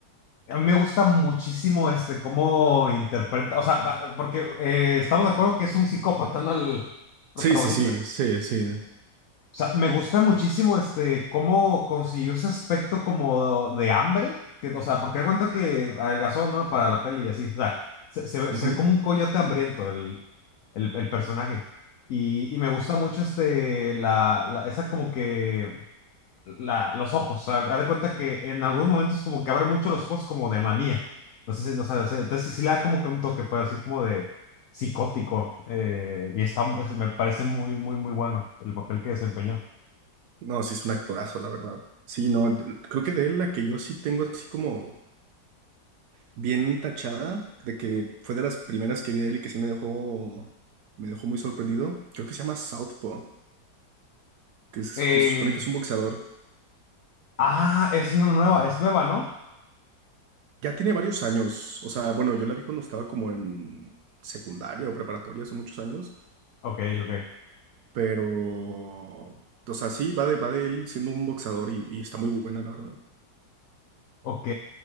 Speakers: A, on the left; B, on the right.
A: A mí me gusta muchísimo este, cómo interpreta. O sea, va- porque eh, estamos de acuerdo que es un psicópata, ¿no? El protagonista.
B: Sí, sí, sí, sí, sí.
A: O sea, me gusta muchísimo este cómo consiguió ese aspecto como de hambre, que, o sea, porque da cuenta que adelgazó, ¿no? Para la peli y así. O sea, se, se ve
B: Ujú.
A: se ve como un coyote hambriento el, el, el personaje. Y, y me gusta mucho este, la, la- esa como que, la, los ojos. O sea, haz de cuenta que en algunos momentos como que abre mucho los ojos como de manía. No sé si- o sea, se- entonces sí le da como que un toque, pues, así como de psicótico. eh, y está, me parece muy, muy, muy bueno el papel que desempeñó.
B: No, sí es un actorazo, la verdad. Sí, no, d- creo que de él la que yo sí tengo así como bien tachada, de que fue de las primeras que vi de él y que sí me dejó, me dejó muy sorprendido. Creo que se llama Southpaw, que, es-
A: Eh,
B: que se supone que es un boxeador.
A: ah, es una nueva, es nueva, ¿no?
B: Ya tiene varios años, o sea, bueno, yo la vi cuando estaba como en secundaria o preparatoria hace muchos años,
A: Ok, ok.
B: pero, o sea, sí, va de, va de él siendo un boxeador y, y está muy buena, la verdad.
A: Ok.